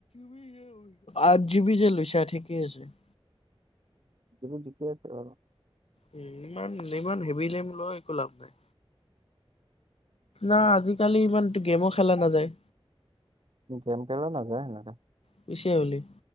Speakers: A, on the left; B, on the right.
A: আঠ জিবি যে লৈছা ঠিকেই আছে <unintelligible>
B: যিবোৰ জিকি আছে বাৰু
A: উ ইমান ইমান হেভ লেম লোৱা একো লাভ নাই না আজিকালি ইমান গেমো খেলা নাযায়
B: গেম খেলা নাযায় সেনেকা <unintelligible>
A: পিছে হলি